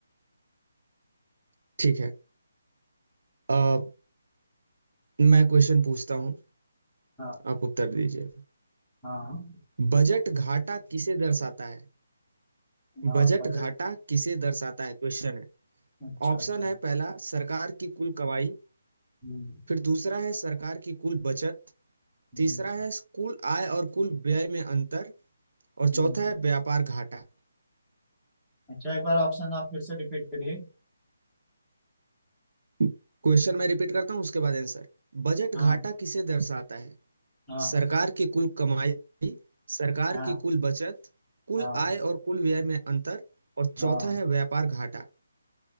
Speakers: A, on the right; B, in the centre.
A: ठीक है अ, मैं क्वेश्चन पूछता हूँ
B: हाँ
A: आप उत्तर दीजिए
B: हाँ
A: बजट घाटा किसे दर्शाता है
B: हाँ,
A: बजट
B: बजट
A: घाटा किसे दर्शाता है क्वेश्चन है
B: अच्छा
A: ऑप्शन
B: अच्छा
A: है पहला सरकार की कुल कमाई
B: हम्म,
A: फिर दूसरा है सरकार की कुल बचत
B: हम्म,
A: तीसरा है कुल आय और कुल व्यय में अंतर और
B: हम्म।
A: चौथा है व्यापार घाटा
B: अच्छा एक बार ऑप्शन आप फिर से रिपीट करिए
A: क्वेश्चन मैं रिपीट करता हूँ उसके बाद आंसर बजट
B: हाँ
A: घाटा किसे दर्शाता है
B: हाँ
A: सरकार की कुल कमाई सरकार
B: हाँ
A: की कुल बचत कुल
B: हाँ
A: आय और कुल व्यय में अंतर और चौथा
B: हाँ
A: है व्यापार घाटा